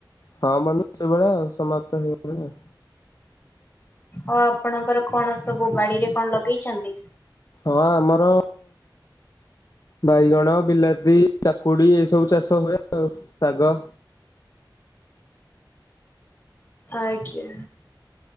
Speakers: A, on the left; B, on the left.
A: ହଁ ବନ୍ଧୁ ସେଇଭଳିଆ ଆଉ ସମାପ୍ତ ହେଇଗଲାଣି ଆଉ।
B: ହଉ ଆପଣଙ୍କର କଣ ସବୁ ବାଡିରେ କଣ ଲଗେଇଛନ୍ତି?
A: ହଁ ଆମର ବାଇଗଣ, ବିଲାତି, କା କୁଡ଼ି ଏସବୁ ଚାଷ ହୁଏ ଆଉ ଶାଗ।
B: ଆଜ୍ଞା।